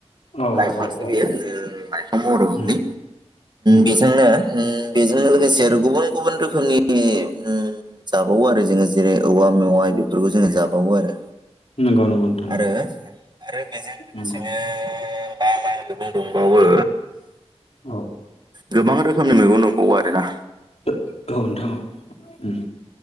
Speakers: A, on the left; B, on the right.
A: औ
B: लाइफांसो
A: औ औ औ
B: बेयो औ लाइफां बर'नि
A: उम उम
B: बेजोंनो उम बेजों लोगोसे आरो गुबुन गुबुन रोखोमनि उम जाबावो आरो। जोङो जेरै औवा मेवाइ बेफोरखौ जोङो जाबावो आरो।
A: नंगौ नंगौ नोंथां नंगौ
B: आरो आरो बेजों लोगोसेनो
A: नंगौ
B: मा मा मेगं दंबावो?
A: औ।
B: गोबां रोखोमनि मेगं दंबावो आरोना
A: ओ औ नोंथां औ।